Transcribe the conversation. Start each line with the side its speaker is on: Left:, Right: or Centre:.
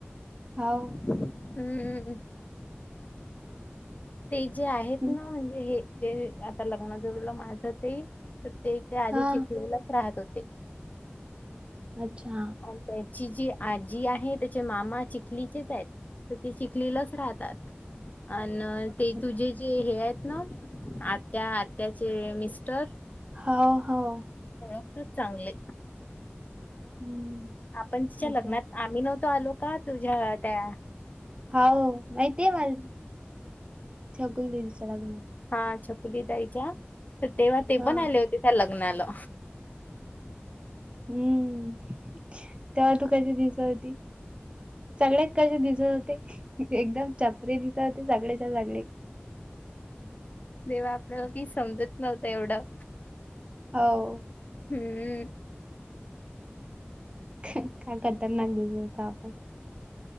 Right: हो.
Left: हम्म. ते जे आहेत
Right: हम्म,
Left: ना म्हणजे हे जे आता लग्न जोडलं माझं ते ते ते आधी
Right: हा
Left: चिखलीलाच राहत होते.
Right: अच्छा.
Left: त्याची जी आजी आहे, त्याचे मामा चिखलीचेच आहेत. ते चिखलीलाच राहतात अन् ते
Right: अच्छा.
Left: तुझे जे हे आहेत ना आत्या आत्याचे मिस्टर.
Right: हां हां.
Left: <unintelligible> चांगले
Right: हम्म
Left: आपण तिच्या लग्नात
Right: अच्छा
Left: आम्ही नव्हतो आलो का तुझ्या त्या
Right: हाव माहिती आहे मला, छकुली दीदीच्या लग्नात.
Left: हा छकुली ताईच्या, तर तेव्हा ते
Right: हा
Left: पण आले होते त्या लग्नाला.
Right: हम्म तेव्हा तू कशी दिसाय होती? सगळेच कसे दिसत होते, एकदम चपरी दिस होते सगळेच्या सगळे.
Left: तेव्हा आपल्याला की समजत नव्हत एवढं.
Right: हो.
Left: हम्म.
Right: ख काय खतरनाक दिसत होतो आपण.